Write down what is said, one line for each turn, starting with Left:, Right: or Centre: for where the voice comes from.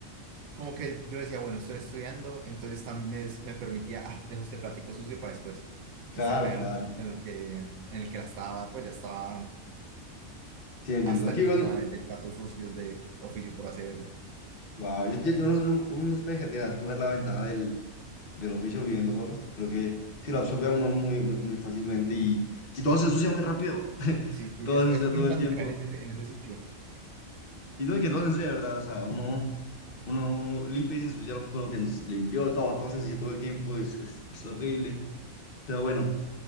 Right: como que yo decía, bueno, estoy estudiando, entonces también me, me permitía, ah, dejo este platico sucio para después.
Left: Claro,
Right: Hasta que
Left: claro.
Right: en el que, en el que la estaba, pues ya estaba
Left: Sí, entiendo.
Right: hasta
Left: Es
Right: encima
Left: que igual,
Right: de, de platos sucios de oficio por hacer.
Left: wow, yo, yo, yo no sé, uno uno no puede dejar coger la ventaja del del oficio viviendo solo. Creo que sí lo absorbe a uno no muy, muy, muy fácilmente y, y todo se ensucia muy rápido. <laughs>
Right: Sí, sí,
Left: Todo
Right: es,
Left: se
Right: es
Left: ensucia todo
Right: muy fácil
Left: el tiempo.
Right: caer en ese, en ese ciclo.
Left: Y no, y que todo se ensucia, de ¿verdad? O sea, uno, uno limpia y se ensucia lo con lo que ens- limpió, todo, todo se ensucia todo el tiempo, es, es, es horrible. Pero bueno,